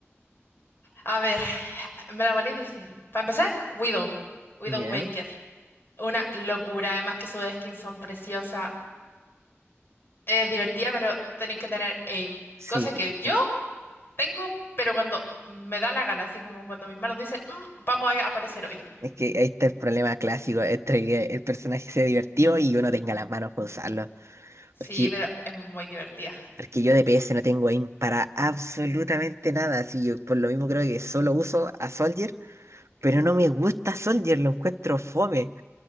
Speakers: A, on the left; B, on the right.
A: A ver, me la poní difícil. Para empezar, Widow, Widowmaker.
B: Ya,
A: Una locura, además que sus skins son preciosas. Es divertida, pero tenéis que tener aim.
B: sí,
A: Cosa que
B: DPS.
A: yo tengo, pero cuando me da la gana, así como cuando mis manos dicen, "Mm, vamos a aparecer hoy.
B: Es que ahí está el problema clásico, entre que el personaje sea divertido y uno tenga las manos para usarlo.
A: Sí,
B: Es que,
A: pero es muy divertida.
B: es que yo de PS no tengo aim para absolutamente nada, así yo por lo mismo creo que solo uso a Soldier, pero no me gusta Soldier, lo encuentro fome.